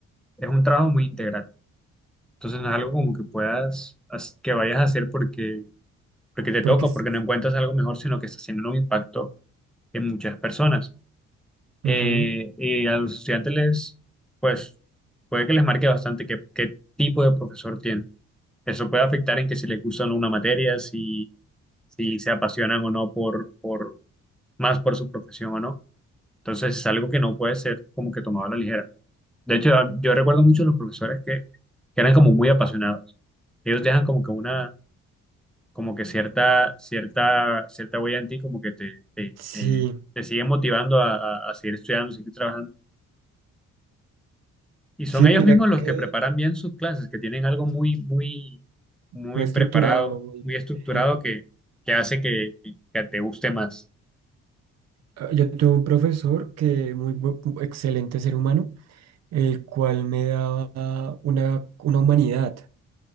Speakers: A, in the centre; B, on the right.
A: es, es un trabajo muy integral. Entonces no es algo como que puedas, as- que vayas a hacer porque, porque te toca,
B: porque
A: porque no encuentras algo mejor, sino que está haciendo un impacto en muchas personas. Eh,
B: Ujú.
A: y a los estudiantes les, pues, puede que les marque bastante qué, qué tipo de profesor tienen. Eso puede afectar en que si les gusta o no una materia, si, si se apasionan o no por, por, más por su profesión o no. Entonces es algo que no puede ser como que tomado a la ligera. De hecho, a- yo recuerdo mucho los profesores que, que eran como muy apasionados. Ellos dejan como que una, como que cierta, cierta, cierta huella en ti, como que te, te,
B: Sí,
A: te, te siguen motivando a, a- a seguir estudiando, seguir trabajando. Y son
B: sí,
A: ellos
B: mira
A: mismos los
B: que
A: que preparan bien sus clases, que tienen algo muy, muy, muy
B: muy estructurado,
A: preparado,
B: muy
A: muy estructurado
B: bien.
A: que, que hace que, que que te guste más.
B: Ah, Yo tuve un profesor que muy bu- bu- excelente ser humano, el cual me daba una, una humanidad,